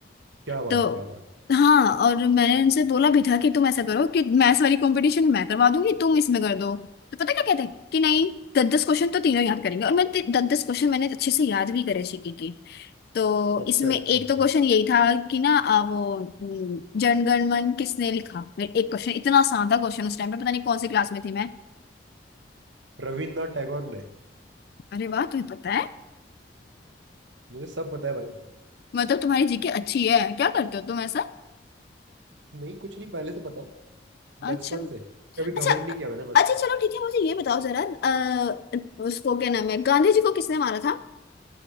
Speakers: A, on the right (about 85°); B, on the left (about 55°).
A: क्या बात
B: तो
A: है क्या बात
B: हाँ और मैंने उनसे बोला भी था कि तुम ऐसा करो कि मैथ्स वाली कंपटीशन मैं करवा दूंगी तुम इसमें कर दो तो पता क्या कहते हैं कि नहीं दस दस क्वेश्चन तो तीनों याद करेंगे और मैं दस दस क्वेश्चन मैंने अच्छे से याद भी करे जीके की तो
A: है अच्छा
B: इसमें एक
A: अच्छा
B: तो क्वेश्चन यही था कि ना आ, वो हम्म, जनगणमन किसने लिखा मेरे एक क्वेश्चन इतना आसान था क्वेश्चन उस टाइम पे पता नहीं कौन सी क्लास में थी मैं
A: रविन्द्रनाथ टैगोर ने
B: अरे वाह तुम्हें पता है
A: मुझे सब पता है भाई
B: मतलब तुम्हारी जीके अच्छी है क्या करते हो तुम ऐसा
A: नहीं कुछ नहीं पहले से पता है
B: अच्छा
A: बचपन से कभी घमंड
B: अच्छा
A: नहीं किया मैंने बस
B: अच्छा चलो ठीक है मुझे ये बताओ जरा अ, उसको क्या नाम है गांधी जी को किसने मारा था